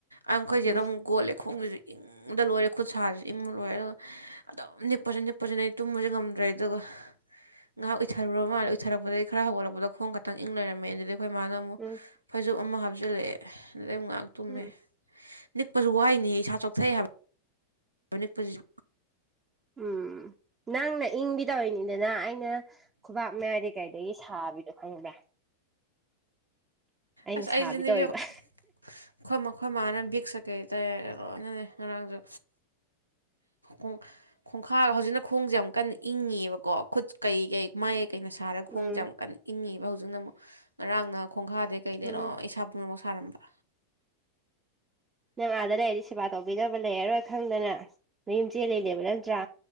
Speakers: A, on the right; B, on the right.
A: ꯑꯈꯣꯏ ꯆꯦꯗ
B: ꯎꯝ
A: ꯑꯃꯨꯛ ꯀꯣꯜꯂꯦ ꯈꯣꯡꯒꯖꯤ ꯏꯪꯗ ꯂꯣꯏꯔꯦ ꯈꯨꯠ ꯁꯥꯁꯨ ꯏꯪꯕ ꯂꯣꯏꯔꯦ ꯑꯗꯨꯝ ꯅꯤꯛꯄꯁꯤ ꯅꯤꯛꯄꯁꯤꯅ ꯑꯩ ꯇꯨꯝꯕꯁꯦ ꯉꯝꯗ꯭ꯔꯦ ꯑꯗꯨꯒ ꯉꯥꯏꯍꯥꯛ ꯎꯊꯔꯨꯔꯕ ꯃꯥꯜꯂ ꯎꯠꯊꯔꯛꯄꯗꯩ ꯈꯔ ꯍꯧꯒꯠꯂꯛꯄꯗ ꯈꯣꯡ ꯈꯛꯇꯪ ꯢꯪ ꯂꯩꯔꯝꯃꯦ ꯑꯗꯨꯗꯩ ꯑꯩꯈꯣꯏ ꯃꯥꯅ
B: ꯎꯝ
A: ꯐꯩꯖꯨꯞ ꯑꯃ ꯍꯥꯞꯆꯤꯜꯂꯦ ꯑꯗꯩ ꯑꯃꯨꯛ ꯉꯥꯏꯍꯥꯛ ꯇꯨꯝꯃꯦ
B: ꯎꯝ
A: ꯅꯤꯛꯄꯁꯨ ꯋꯥꯏꯅꯦ ꯢꯁꯥ ꯆꯣꯛꯊꯩ ꯍꯥꯏꯕ ꯑꯅꯛꯇꯁꯨ
B: ꯎꯝ ꯅꯪꯅ ꯏꯪꯕꯤ ꯇꯧꯔꯤꯅꯤꯗꯅ ꯑꯩꯅ ꯈꯨꯕꯥꯛ ꯃꯌꯥꯏꯗ ꯀꯔꯤꯗꯒꯤ ꯁꯥꯕꯤꯗꯣ ꯈꯪꯕ꯭ꯔꯥ ꯑꯩꯅ
A: ꯑꯁ
B: ꯁꯥꯕꯤ
A: ꯑꯩꯗꯤꯅꯕꯣ
B: ꯇꯧꯋꯦꯕ
A: ꯑꯩꯣꯏ ꯃꯈꯣꯏ ꯃꯥꯅ ꯕꯤꯛꯁ ꯀꯩ ꯇꯥꯏ ꯂꯣꯏꯅꯅꯦ ꯉꯔꯥꯡꯁꯨ ꯣꯡ ꯈꯣꯡꯈꯥꯒ ꯍꯧꯖꯤꯛꯅ ꯈꯣꯡꯁꯦ ꯌꯥꯝꯨꯛ ꯀꯟꯅ ꯏꯪꯉꯦꯕꯀꯣ ꯈꯨꯠ ꯀꯩ ꯀꯩ ꯃꯥꯏꯌꯥꯌꯦꯛ ꯀꯩꯅ ꯁꯥꯔꯒ ꯈꯣꯡꯁꯦ
B: ꯎꯝ
A: ꯌꯥꯝꯨ ꯀꯟꯅ ꯏꯪꯉꯦꯕ ꯍꯧꯖꯤꯛꯅ ꯑꯃꯨꯛ ꯉꯔꯥꯡꯅ ꯈꯣꯡꯈꯥꯗꯩ ꯀꯩꯗꯩꯅꯣ
B: ꯎꯝ
A: ꯏꯁꯥ ꯄꯨꯝꯅꯃꯛ ꯁꯥꯔꯝꯕ
B: ꯅꯪ ꯑꯥꯗ ꯂꯩꯔꯗꯤ ꯁꯦꯕꯥ ꯇꯧꯕꯤꯅꯕ ꯂꯩꯔꯔꯣꯏ ꯈꯪꯗꯅ ꯃꯌꯨꯝ ꯆꯦꯜꯂꯤꯅꯦꯕ ꯅꯠꯇ꯭ꯔꯥ